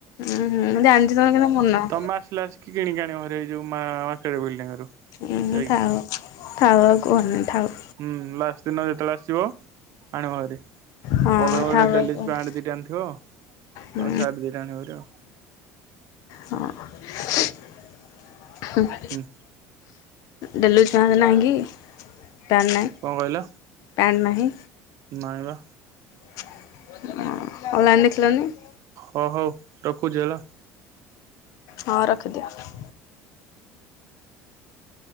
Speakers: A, on the left; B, on the right.
A: ଉଁ ହଁ ମୁଁ ଜାଣିଚି ତମର କେତେ ମନ।
B: ମୁଁ ଆସିଲା ବସିକ କି କିଣି କି ଆଣିବ ଭାରି ଏଇ ଯୋଉ ମା ମାର୍କେଟ ବିଲଡିଂ ରୁ।
A: ଉଁ ଉଁ
B: ଯାଇକି
A: ଥାଉ ଥାଉ ଆଉ କୁହନି ଥାଉ।
B: ହୁଁ ଲାଷ୍ଟ ଦିନ ଯେତବଳେ ଆସିବ ଆଣିବ ଭାରି।
A: ହଁ
B: ମୋ ପାଇଁ ଗୋଟେ
A: ଥାଉ
B: ଡେଲି
A: ଆଉ କୁହନି।
B: ୟୁଜ ପ୍ୟାଣ୍ଟ ଦିଟା ଆଣିଥିବ।
A: ହୁଁ।
B: ମ ସାର୍ଟ ଦିଟା ଆଣିବ ଭାରି ଆଉ।
A: ହଁ <unintelligible>
B: ହୁଁ
A: ଡ଼େଲିୟୁଜ ପ୍ୟାଣ୍ଟ ନାହିଁକି? ପ୍ୟାଣ୍ଟ ନାହିଁ
B: କଣ କହିଲ
A: ପ୍ୟାଣ୍ଟ ନାହିଁ?
B: ନାଇଁ ବା
A: ଅଁ ଅନଲାଇନ୍ ଦେଖିଲନି।
B: ହଁ ହଉ ରଖୁଚି ହେଲା?
A: ହଁ ରଖି ଦିଅ।